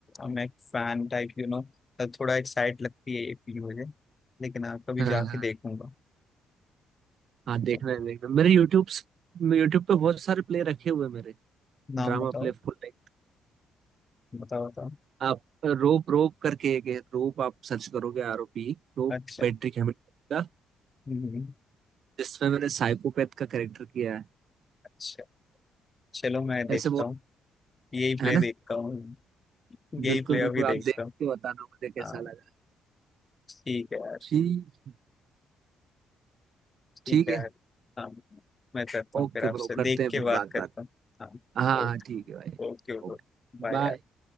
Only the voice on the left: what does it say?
मैं फैन टाइप यू नो थोड़ा एक्साइट लगती है ये फील मुझे लेकिन आप कभी
जाके
देखूंगा
तो
नाम
बताओ
बताओ बताओ
अच्छा
हम्म,
अच्छा चलो मैं देखता
हूँ यही प्ले
देखता हूँ यही
प्ले
अभी देखता
हूँ
हाँ
ठीक है यार
ठीक
है
यार हाँ मैं करता हूँ
फिर आपसे
देख
के
बात
करता
हूँ हाँ
Okay
okay okay,
बाय
यार